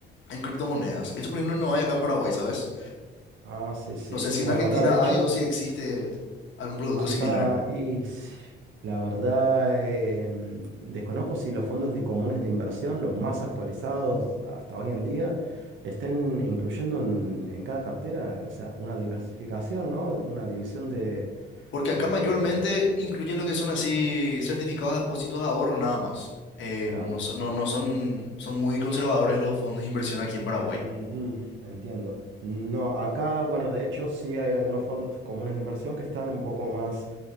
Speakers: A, on the left; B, on the right.
A: en criptomonedas. Esto, por ejemplo, no hay acá en Paraguay, ¿sabes?
B: Ah, sí, sí.
A: No sé si
B: Bueno,
A: en Argentina
B: acá de hecho...
A: hay o si existe algún producto
B: Hasta,
A: similar.
B: y s- la verdad, em, desconozco si los fondos de comunes de inversión, los más actualizados hasta hoy en día, estén incluyendo en, en cada cartera, eh, o sea, una diversificación, ¿no? Una división de,
A: Porque acá
B: de-
A: mayormente incluyen lo que son así certificados de depósitos de ahorro nada más. Eh,
B: Claro.
A: no, so- no, no son, son muy conservadores los fondos de inversión aquí en Paraguay.
B: Ujú, entiendo. No, acá, bueno, de hecho sí hay algunos fondos comunes de inversión que están un poco más